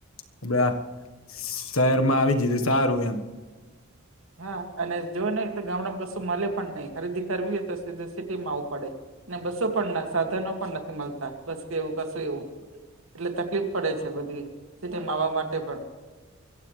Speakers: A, on the left (about 85°); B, on the right (about 75°).
A: આપડે આ શહેરમાં આવી જઈ તો સારું એમ
B: હા અને જોએ નહી તો ગામડામાં કશું મલે પણ નહી ખરીદી કરવી હોય તો સીધુ સિટીમાં આવવું પડે. ને બસો પણ ના સાધનો પણ નથી મળતા બસ કે એવું કશું એવું. એટલે તકલીફ પડે છે બધી સિટીમાં આવવા માટે પણ